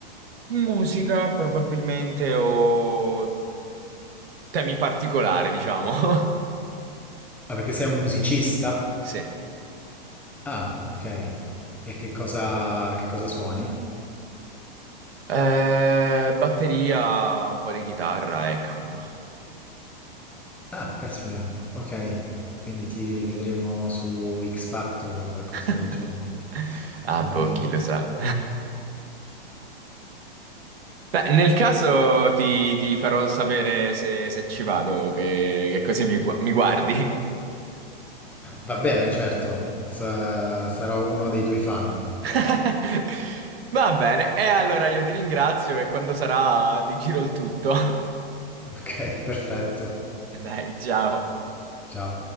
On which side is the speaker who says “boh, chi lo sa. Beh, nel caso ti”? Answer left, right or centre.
Right